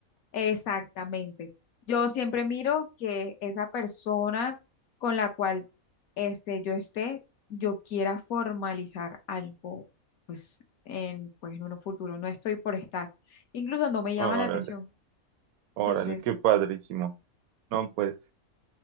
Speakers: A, on the left; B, on the right.
A: exactamente. Yo siempre miro que esa persona con la cual este, yo esté, yo quiera formalizar algo, pues en, pues en un futuro. No estoy por estar. Incluso no me
B: Órale,
A: llama la atención. Entonces,
B: órale, qué padrísimo.
A: no.
B: No, pues.